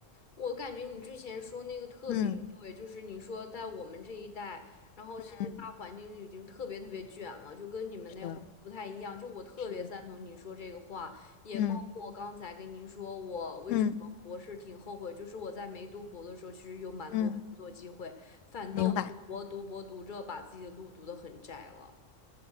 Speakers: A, on the left; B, on the left.
A: 我感觉你之前说那个特别对，
B: 嗯
A: 就是你说在我们这一代，然后其实大环境已经特别特别卷了，
B: 嗯，
A: 就跟你们那会儿不太一样。
B: 是的，
A: 就我特别赞同你说这个话，
B: 是的，
A: 也包括我刚才跟您说我为什么博士挺后悔，
B: 嗯嗯
A: 就是我在没读博的时候，其实有蛮多工作机会，
B: 嗯。
A: 反倒读博读博读着把自己的路读得很窄了。
B: 明白。